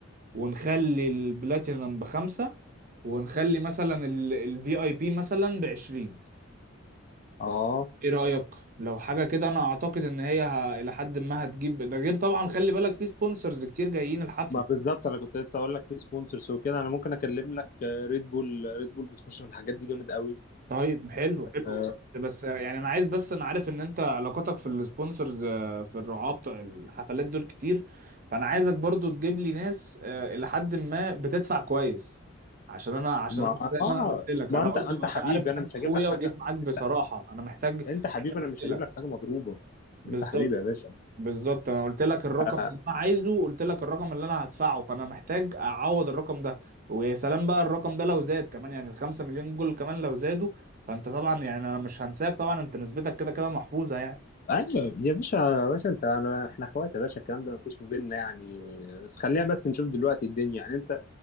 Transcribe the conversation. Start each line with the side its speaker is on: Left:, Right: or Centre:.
Right: ونخلي البلاتينم بخمسة ونخلي مثلا الفي اي بي مثلا بعشرين
Left: اه
Right: ايه رأيك لو حاجة كده انا اعتقد ان هي ه- الى حد ما هتجيب ده غير طبعا خلي بالك في سبونسرز كتير جايين الحفلة
Left: ما بالظبط انا كنت لسه اقول لك في سبونسرز وكده انا ممكن اكلم لك ريد بول ريد بول بتخش في الحاجات دي جامد قوي
Right: طيب حلو حلو
Left: آه،
Right: بس يعني انا عايز بس انا عارف ان انت علاقاتك في السبونسرز آه، في الرعاة بتوع الحفلات دول كتير فانا عايزك برضو تجيب لي ناس آه، الى حد ما بتدفع كويس عشان انا عشان
Left: ما
Right: انا زي
Left: اه
Right: ما انا قلت لك
Left: ما
Right: انا
Left: انت
Right: برضو
Left: انت حبيبي
Right: انا عارف ان
Left: انا
Right: انت
Left: مش
Right: اخويا
Left: هجيب لك حاجه
Right: وجيت معاك بصراحة
Left: انت
Right: انا محتاج
Left: انت حبيبي
Right: يعني أنا قلت
Left: انا مش
Right: لك
Left: هجيب لك حاجه مضروبه
Right: بالظبط
Left: انت حبيبي يا باشا
Right: بالظبط انا قلت لك الرقم
Left: آه،
Right: اللي انا عايزه قلت لك الرقم اللي انا هدفعه فانا محتاج اعوض الرقم ده ويا سلام بقى الرقم ده لو زاد كمان يعني الخمسة مليون دول كمان لو زادوا فانت طبعا يعني انا مش هنساك طبعا انت نسبتك كده كده محفوظة يعني
Left: ايوه يا باشا يا باشا انت انا احنا اخوات يا باشا الكلام ده مفيش ما بيننا يعني بس خلينا بس نشوف دلوقتي الدنيا يعني انت